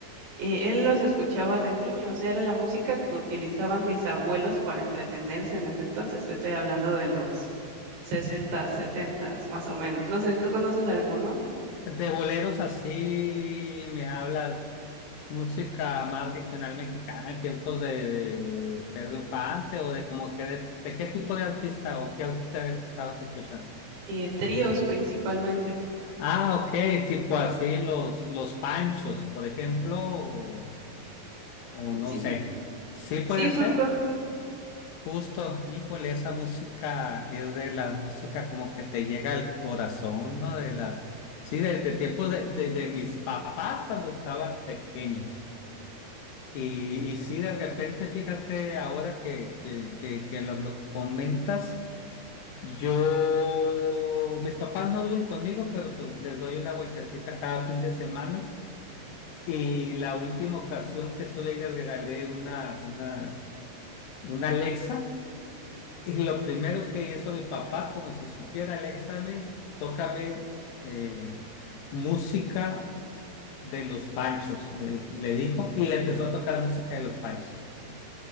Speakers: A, on the right (about 90°); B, on the left (about 80°).
A: eh, él los escuchaba de niño, o sea, era la música que utilizaban mis abuelos para entretenerse en ese entonces. Te estoy hablando de los 60, 70, más o menos. No sé, ¿tú conoces alguno?
B: De boleros así me hablas música más regional mexicana, en tiempos de, de Pedro Infante o de como que de, de qué tipo de artista o qué artista era el que estabas escuchando.
A: Eh, tríos principalmente.
B: Ah, ok, tipo así los, los Panchos, por ejemplo, o, o no
A: Sí,
B: sé. Sí puede
A: sí, justo.
B: ser, justo, híjole, esa música es de la música como que te llega al corazón, ¿no? De las, sí, de, de tiempos de, de de mis papás cuando estaban pequeños. Y, y sí, de repente, fíjate, ahora que, que, que, que lo, lo comentas, yo, mis papás no viven conmigo, pero pues les doy una vueltecita cada fin de semana. Y la última ocasión que estuve ahí les regalé una, una, una Alexa. Y lo primero que hizo mi papá, como si supiera Alexa, me, tócame eh, música de los Panchos, le, le dijo, y le empezó a tocar música de los Panchos.